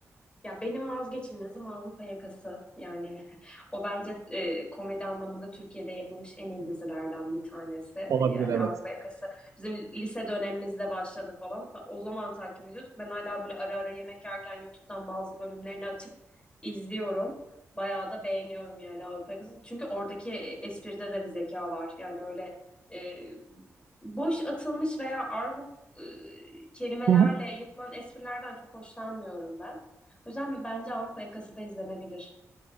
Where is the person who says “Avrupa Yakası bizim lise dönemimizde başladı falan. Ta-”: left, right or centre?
Left